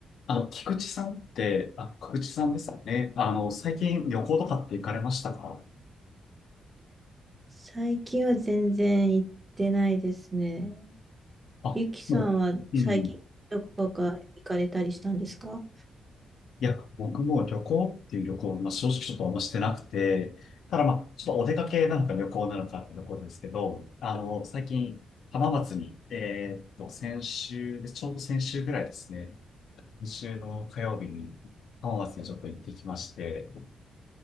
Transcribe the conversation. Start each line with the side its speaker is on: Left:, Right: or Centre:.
Left: あの、菊池さんって、あ、菊池さんですかね。あの、最近旅行とかって行かれましたか
Right: 最近は全然行ってないですね。
Left: あ、
Right: ゆきさんは最近どこか行かれたりしたんですか
Left: もう、うん。いや、僕も旅行っていう旅行、まあ、正直ちょっとあんましてなくて、ただまあ、ちょっとお出かけなのか旅行なのかってところですけど、あの、最近、浜松に、えーっと、先週、ちょうど先週ぐらいですね。先週の火曜日に、浜松にちょっと行ってきまして、